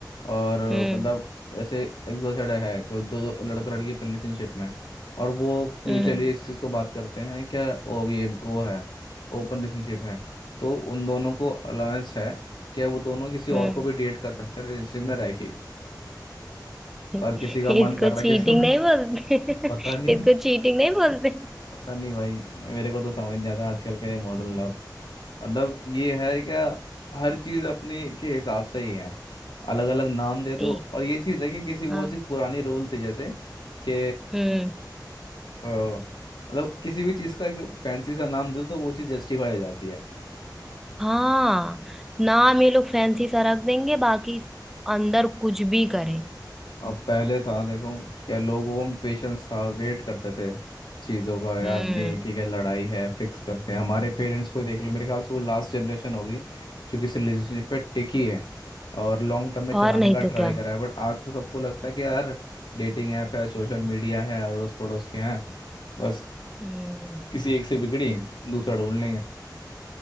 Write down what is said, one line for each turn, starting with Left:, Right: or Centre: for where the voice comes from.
Left: और
Centre: हम्म
Left: मतलब ऐसे एक्सोसाइड है कोई दो, दो लड़का लड़की रिलेशनशिप में है, और वो म्यूचुअली
Centre: हम्म
Left: इस चीज़ को बात करते हैं क्या वो ये वो है ओपन रिलेशनशिप है तो उन दोनों को अलाउंस है क्या वो दोनों किसी और
Centre: हम्म
Left: को भी डेट कर सकते हैं रिलेशनशिप में रह के
Centre: इसको
Left: और किसी का मन कर रहा है
Centre: चीटिंग
Left: किसी को
Centre: नहीं बोलते <laughs>
Left: <laughs> पता नहीं
Centre: इसको चीटिंग नहीं बोलते
Left: पता नहीं भाई मेरे को तो समझ नहीं आता आजकल का ये मॉडल लव मतलब ये है क्या हर चीज अपने के हिसाब से ही है अलग अलग नाम दे दो
Centre: ए,
Left: और ये चीज है कि किसी वो
Centre: हाँ
Left: चीज पुरानी रूल थी जैसे कि
Centre: हम्म
Left: अ, मतलब किसी भी चीज का फैंसी सा नाम दो तो वो चीज जस्टिफाई हो जाती है
Centre: हाँ नाम ये लोग फैंसी सा रख देंगे बाकी अंदर कुछ भी करें
Left: अब पहले था देखो क्या लोगों में पेशेंस था वेट करते थे चीज़ों का यार
Centre: हम्म
Left: नहीं ठीक है लड़ाई है फिक्स करते हैं हमारे पेरेंट्स को देख लो मेरे ख्याल से वो लास्ट जनरेशन होगी जो किसी रिलेशनशिप पे टिकी है और लॉन्ग टर्म में चलाने
Centre: और नहीं
Left: का
Centre: तो
Left: ट्राई
Centre: क्या
Left: करा है बट आज तो सबको लगता है कि यार डेटिंग ऐप है सोशल मीडिया है अड़ोस पड़ोस के हैं बस
Centre: हम्म
Left: किसी एक से बिगड़ी दूसरा ढूंढ लेंगे